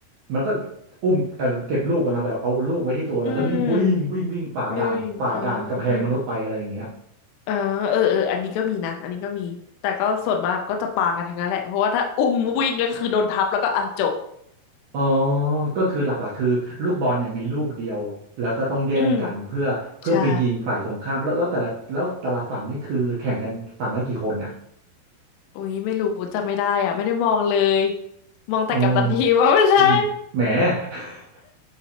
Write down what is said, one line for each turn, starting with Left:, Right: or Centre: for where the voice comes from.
Right: มันก็อุ้มเอ่อเก็บลูกกันนาะแบบเอาลูกไว้ที่ตัวแล้วก็รีบวิ่งวิ่งวิ่งฝ่าด่านฝ่าด่านกำแพงมนุษย์ไปอะไรอย่างเงี้ย
Left: อืม living อ่าอ่าเออเออเอออันนี้ก็มีนะอันนี้ก็มีแต่ก็ส่วนมากก็จะปากันทั้งนั้นแหละเพราะว่าถ้าอุ้มวิ่งแล้วก็คือโดนทับแล้วก็อ่ะจบ
Right: อ๋อก็คือหลักๆคือลูกบอลเนี่ยมีลูกเดียวแล้วก็ต้องแย่งกันเพื่อเพื่อไปยิงฝ่ายตรงข้ามแล้วแล้วแต่ละแล้วแต่ละฝั่งนี่คือแข่งกันฝั่งละกี่คนอ่ะ
Left: อืม ใช่ อุ๊ยไม่รู้จำไม่ได้อ่ะไม่ได้มองเลย มองแต่กัปตันทีมอ๋อไม่ใช่
Right: อ๋ออืมแหม <laughs>